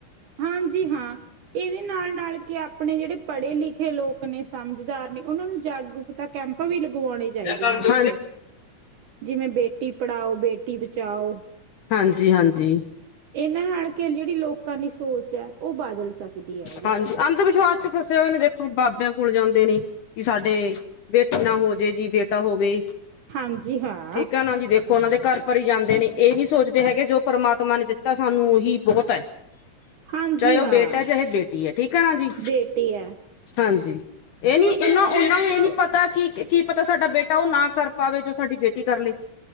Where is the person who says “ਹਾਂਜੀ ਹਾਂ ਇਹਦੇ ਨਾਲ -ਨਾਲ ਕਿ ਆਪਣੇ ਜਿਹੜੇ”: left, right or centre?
Right